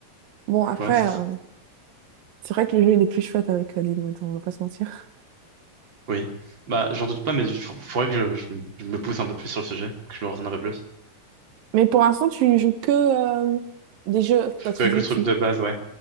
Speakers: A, on the right (about 80°); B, on the right (about 35°).
A: Bon, après,
B: Ouais, c'est,
A: euh, c'est vrai que le jeu, il est plus chouette avec euh, les modes, on va pas se mentir.
B: oui. Bah, j'en doute pas, mais il faut- faudrait que je, je- je me pousse un peu plus sur le sujet, que je me renseigne un peu plus.
A: Mais pour l'instant, tu joues que euh, des jeux. Bah, tu
B: Avec
A: disais
B: le truc
A: que tu
B: de base, ouais.